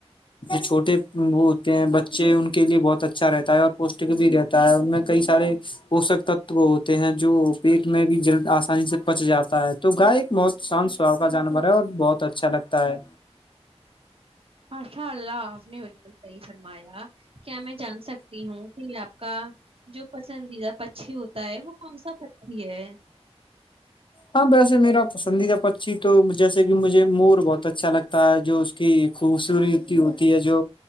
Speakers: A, on the left; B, on the right.
A: چھوٹے وہ ہوتے ہیں بچے ان کے لیے بہت اچھا اچھا رہتا ہے اور پوشٹک بھی رہتا ہے ان میں کئی سارے پوشک تتو ہوتے ہیں جو پیٹ میں بھی جلد آسانی سے پچ جاتا ہے تو گائے ایک بہت شانت سواؤ کا جانور ہے اور بہت اچھا لگتا ہے
B: ااشاء اللہ آپ نے بالکل صحیح فرمایا کیا میں جان سکتی ہوں کہ آپ کا جو پسندیدہ پکچھی ہوتا ہے وہ کون سا پچی ہے
A: ہاں ویسے میرا پسندیدہ پشی تو جیسے کہ مجھے مور بہت اچھا لگتا ہے جو اس کی خوبصورتتی ہوتی ہے جو